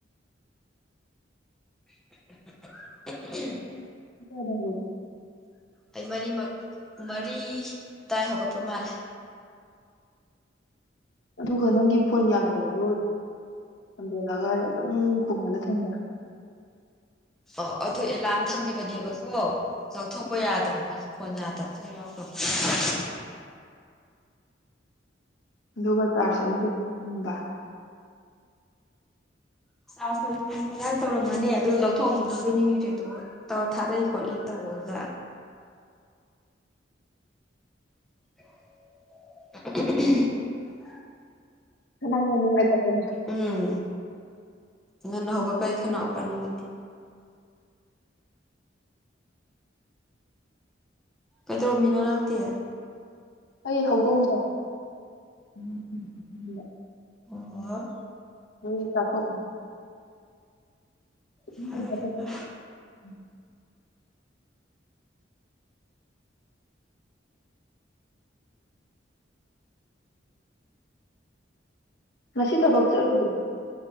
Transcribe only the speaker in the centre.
<unintelligible>
ꯑꯩ ꯃꯔꯤꯃꯛ ꯃꯔꯤ ꯑꯗꯥꯏ ꯍꯧꯒꯠꯄ ꯃꯥꯜꯂꯦ
ꯑꯣ ꯑꯗꯨ ꯑꯦꯂꯥꯔꯝ ꯊꯝꯈꯤꯕꯅꯦꯕꯀꯣ ꯂꯧꯊꯣꯛꯄ ꯌꯥꯗ꯭ꯔꯕ ꯐꯣꯟ ꯌꯥꯗꯕꯗꯨꯗ ꯌꯥꯎꯈ꯭ꯔꯕ <unintelligible>
<unintelligible> ꯉꯔꯥꯡ ꯇꯧꯔꯝꯕꯅꯦ ꯑꯗꯨ ꯂꯧꯊꯣꯛꯑꯝꯗꯕꯣꯏ ꯅꯤꯡꯉꯨꯔꯦ ꯇꯧꯔ ꯊꯥꯗꯩ ꯈꯣꯠꯂꯤ ꯇꯧꯕꯗꯨꯗ <unintelligible>
ꯎꯝ ꯉꯟꯅ ꯍꯧꯒꯠꯄꯩ ꯈꯅꯥꯎ ꯈꯔ ꯅꯨꯡꯉꯥꯏꯇꯦ ꯀꯩꯗꯧꯔꯝꯃꯤꯅꯣ ꯅꯪꯗꯤ
ꯑꯣ
ꯐꯔꯦ ꯐꯔꯦ